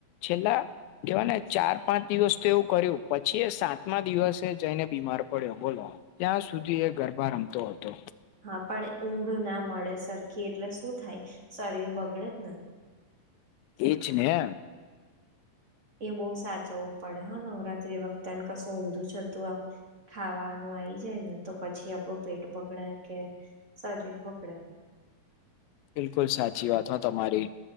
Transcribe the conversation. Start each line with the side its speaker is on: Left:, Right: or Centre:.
Left: છેલ્લા કહેવાયને ચાર-પાંચ દિવસ તો એવું કર્યું પછી એ સાતમા દિવસે જઈને બીમાર પડ્યો, બોલો. ત્યાં સુધી એ ગરબા રમ તો હતો.
Right: હા પણ એ ઊંઘ ના મળે સરખી એટલે શું થાય? શરીર બગડે જ ને.
Left: એજ ને.
Right: એ બહુ સાચવવું પડે હા નવરાત્રી વખતે, ને કશું ઊંધું-ચતું આમ ખાવાનું આઈ જાય ને તો પછી આપણું પેટ બગડે કે શરીર બગડે.
Left: બિલકુલ સાચી વાત હો તમારી.